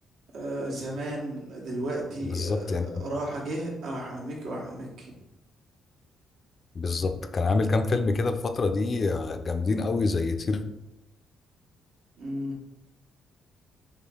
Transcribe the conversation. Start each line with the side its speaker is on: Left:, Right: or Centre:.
Right: آه زمان دلوقتي
Left: <laughs> بالظبط
Right: آه
Left: يعني
Right: راح جه آه أحمد مكي وأحمد مكي
Left: بالظبط كان عامل كام فيلم كده الفترة دي آه، جامدين قوي زي طير
Right: مم.